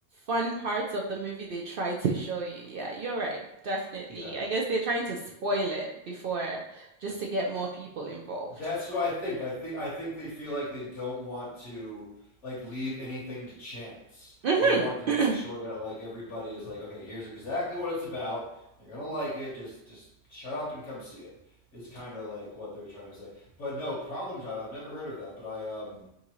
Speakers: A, on the right; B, on the left.
A: fun parts of the movie they try to show you. Yeah, you're right. Definitely.
B: yeah.
A: I guess they're trying to spoil it before just to get more people involved.
B: That's what I think. I think I think they feel like they don't want to like leave anything to chance.
A: Mhm.
B: They want to
A: <clears throat>
B: make sure that like everybody is like, okay, here's exactly what it's about. You're gonna like it. Just just shut up and come see it. Is kind of like what they're trying to say. But no, Problem Child. I've never heard of that, but I um